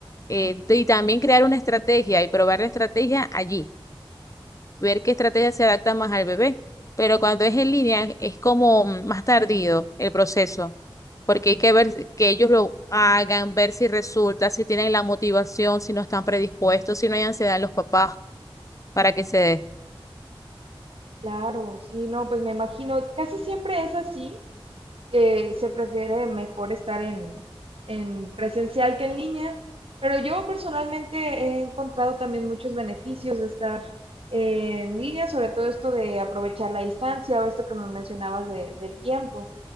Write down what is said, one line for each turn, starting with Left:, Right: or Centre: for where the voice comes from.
Left: Eh,
Right: Sí,
Left: y también crear una estrategia y probar la estrategia allí, ver qué estrategia se adapta más al bebé. Pero cuando es en línea es como mm, más tardío el proceso, porque hay que ver si- que ellos lo hagan, ver si resulta, si tienen la motivación, si no están predispuestos, si no hay ansiedad en los papás para que se dé.
Right: claro, sí, no, pues me imagino, casi siempre es así. que se prefiere mejor estar en, en presencial que en línea, pero yo personalmente he encontrado también muchos beneficios de estar en línea, sobre todo esto de aprovechar la distancia o esto que me mencionabas de- del tiempo.